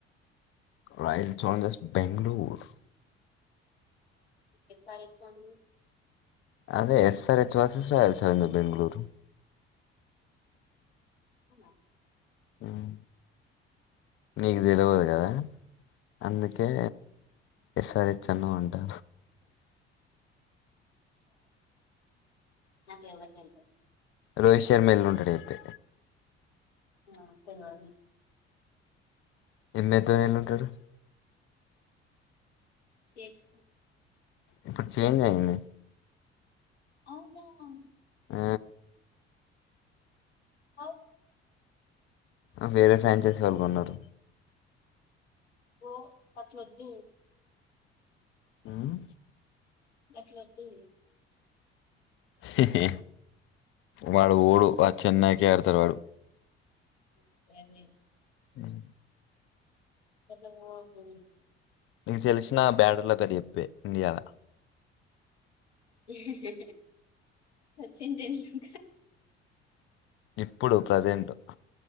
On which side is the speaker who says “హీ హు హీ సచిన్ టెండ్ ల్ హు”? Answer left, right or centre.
Left